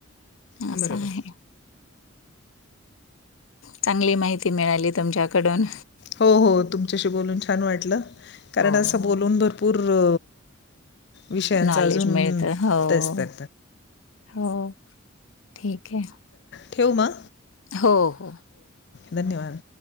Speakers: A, on the left (about 50°); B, on the left (about 75°).
A: बरोबर.
B: असं आहे. चांगली माहिती मिळाली तुमच्याकडून.
A: हो हो, तुमच्याशी बोलून छान वाटलं, कारण
B: हो.
A: असं बोलून भरपूर अ विषयांचा
B: नॉलेज
A: अजून
B: मिळतं. हो,
A: तेच त
B: हो, ठीक आहे.
A: ठेव म?
B: हो हो.
A: धन्यवाद!